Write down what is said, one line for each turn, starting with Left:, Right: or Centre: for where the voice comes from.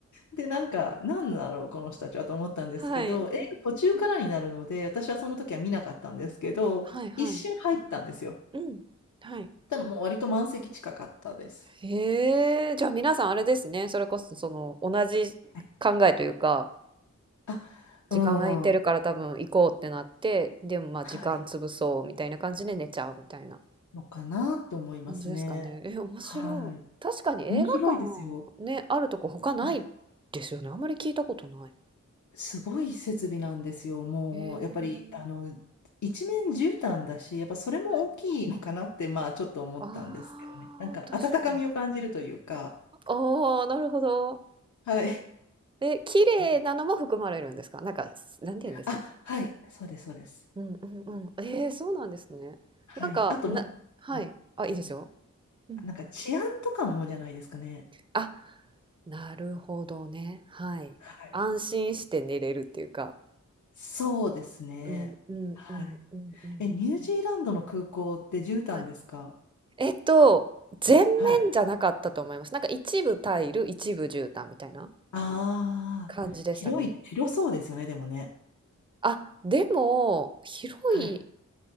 Left: で、なんか、なんだろう、この人たちはと思ったんですけど、
Right: <laughs> はい。うん。
Left: 映画途中からになるので、私はその時は見なかったんですけど、
Right: はいはい。
Left: 一瞬入ったんですよ。
Right: うん。はい。
Left: ただもう割と満席近かったです。
Right: へえ、じゃあ皆さんあれですね。それこそその同じ考えというか、
Left: はいあ、
Right: 時間空いてるから多分行こうってなって、
Left: うん、
Right: でもまあ時間潰そうみたいな感じで寝ちゃうみたいな
Left: はい。のかなって思いますね。
Right: 感じですかね。え、面白い。
Left: はい。
Right: 確かに映画館
Left: 面白いですよ。
Right: ね、あるとこ他ないですよね。
Left: はい。
Right: あんまり聞いたことない。
Left: すごい設備なんですよ。もう、
Right: へえ、
Left: やっぱり、あの、一面絨毯だし、やっぱそれも大きいのかなって、
Right: はい。
Left: まあ、ちょっと思ったんですけどね。
Right: あ
Left: なんか、
Right: あ、確かに。
Left: 温かみを感じるというか、
Right: ああ、なるほど。
Left: はい。
Right: え、綺麗なのも含まれるんですかなんか、
Left: うん
Right: すなんて言うんですかね
Left: あ、はい、そうです、そうです。
Right: うんうんうん。ええ、そうなんですね。
Left: はい。
Right: なんか、
Left: あと、
Right: なはい。
Left: ま、うん、
Right: あ、いいですよ。うん。
Left: なんか治安とかもじゃないですかね。
Right: あ、なるほどね。はい。
Left: はい。
Right: 安心して寝れるっていうか。
Left: そうですね。
Right: うんうんうんうんうん。
Left: はい。え、ニュージーランドの空港って絨毯ですか
Right: はい。えっと、全面じゃなかったと思います。
Left: はい。
Right: なんか一部タイル、一部絨毯みたいな
Left: ああ、
Right: 感じでしたね。
Left: 広い、広そうですよね、でもね。
Right: あ、でも、広い、
Left: はい。